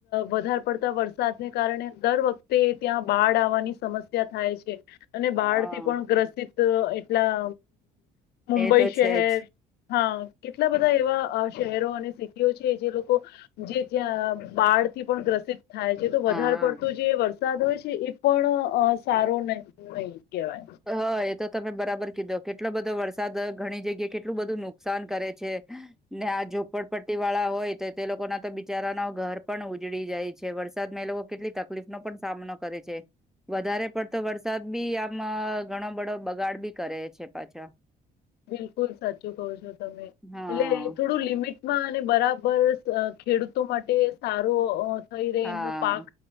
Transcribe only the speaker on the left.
વધારે પડતા વરસાદને કારણે દર વખતે, ત્યાં બાળ આવવાની સમસ્યા થાય છે. અને
બહાર થી પણ ગ્રસિત તો એટલા મુુંબઈ
શહેર
હા કેટલા બધા એવા શહેરો અને સિટીઓ છે, જે લોકો જે, ત્યાં બાળથી પણ ગ્રસિત થાય છે. તો
વધારે પડતું જે વર વરસાદ હોય છે. એ પણ અ સારો નહ નહી, કેવાય.
બિલકુલ સાચું કવ છો તમે
એટલે થોડું લિમિટમાં અને બરાબર બર ખેડૂતો માટે સારો થઈ રેય
એમનો પાક